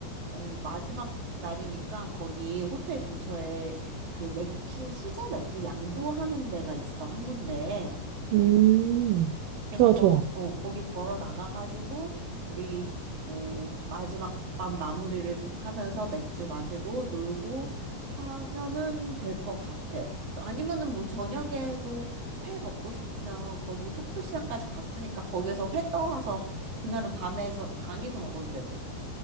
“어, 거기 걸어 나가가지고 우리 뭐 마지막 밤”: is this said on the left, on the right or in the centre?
Right